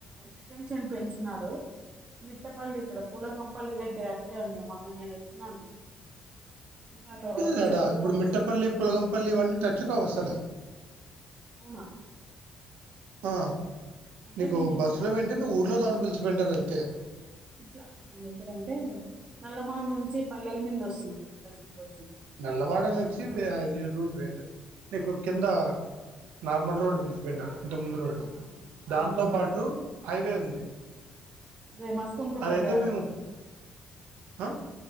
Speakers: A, on the right; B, on the right.
A: ఎక్స్టెన్షన్ పెంచినారు మిట్టపల్లి ఇక్కడ పులంగంపల్లి దగ్గర అట్లే ఉండి మొన్న నేను వచ్చినాను ఇంకా అక్కడ వర్క్
B: లేడా
A: జరుగుతా
B: ఇప్పుడు
A: ఉంది
B: మిట్టపల్లి పులగంపల్లి ఇవన్నీ టచ్చుకావు అసలు
A: అవునా
B: ఆ
A: అంటే
B: నీకు
A: నేను ఇట్లా
B: బస్సులో వెంటేనే ఊర్లో దాన పిలుచుకపోయింటది అంతే
A: ఇట్లా ఎక్కడంటే నల్లమాన్ నుంచి పల్లెల మీద వస్తుంది కదిరి బస్సు
B: నల్లమాడ నుంచి అది రూట్ వేరది నీకు కింద నార్మల్ రోడ్డు పిలిచిపోయింటారు ఇంతముందు రోడ్డు
A: అవునవును నార్మల్
B: దాంతో
A: రోడ్డు
B: పాటు హైవే ఉంది
A: అదే మస్కుంకపల్లిఅట్లా
B: అదైతే మేము ఆ